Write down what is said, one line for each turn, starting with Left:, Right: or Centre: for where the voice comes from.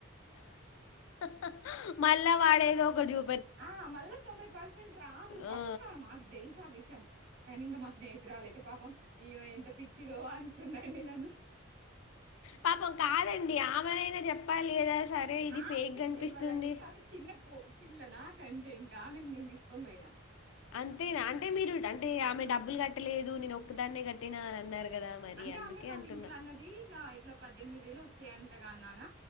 Left: <inaudible> మళ్ళా వాడు ఏదో ఒకటి డు
Right: ఆ మల్ల తొంబై పర్సెంట్ రాదు,
Left: ఆ
Right: పక్కా మాక్ దెల్స్ ఆ విషయం కానీ ఇంగా మా స్నేహితురాలయితే పాపం ఇగొ ఇంత పిచ్చిగో అనుకునరండి నన్ను
Left: పాపం కాదండి ఆమెనైనా చెప్ ప్పాలి కదా సరే ఇది
Right: ఆమె
Left: ఫేక్
Right: కె
Left: కనిపిస్తుంది
Right: దెల్వదండి, ఇంకామె చిన్న పో పిల్లనా కంటే ఇంకామెను నేన్ తీసుకొన్ పోయినా
Left: అంతేనా అంటే మీరు డంటే ఆమె డబ్బులు కట్టలేదు నేను ఒక్కదాన్నే కట్టినా అని అన్నారు. కదా మరి
Right: అంటే
Left: అందుకే
Right: ఆమె వాళ్ళింట్ల
Left: అంటున్నా
Right: అన్నది ఇంగా ఇట్లా పద్దెనిమిది వేలు వస్సయంటగా నాన